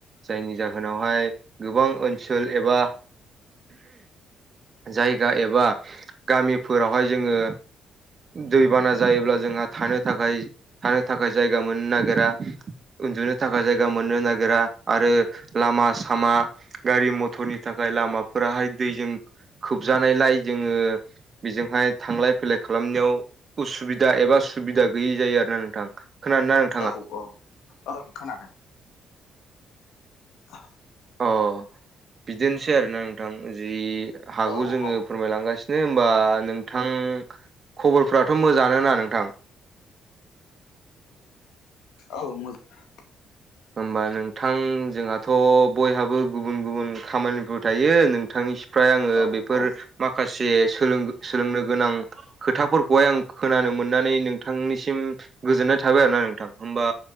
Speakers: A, on the right; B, on the left.
A: जायनि जाहोनावहाय गोबां ओनसोल एबा जायगा एबा गामिफोरावहाय जोङो दैबाना जायोब्ला जोंहा थानो थाखाय थानो थाखाय जायगा मोननो नागिरा उन्दुनो थाखाय जायगा मोननो नागिरा। आरो लामा सामा गारि मथरनि थाखाय लामाफोराहाय दैजों खोबजानायलाय जोङो बेजोंहाय थांलाय फैलाय खालामनायाव उसुबिदा एबा सुबिदा गैयि जायो आरोना नोंथां। खोनादोंना नों
B: औ औ। ओं खोनादों। आ
A: अ बिदिनोसै आरोना नोंथां जि हागौ
B: औ
A: जोङो
B: औ
A: फोरमायलांगासिनो दे होनबा नोंथां खबरफ्राथ' मोजां आनो ना नोंथां?
B: औ मोजां
A: होमबा नोंथां जोंहाथ' बयहाबो गुबुन गुबुन खामानिफोर थायो नोंथांनि फ्राय आङो
B: मोजां
A: बेफोर
B: औ
A: माखासे सोलोंनो गोनां खोथाफोरखौहाय आं खोनानो मोननानै नोंथांनिसिम गोजोननाय थाबाय आरोना नोंथां। होमबा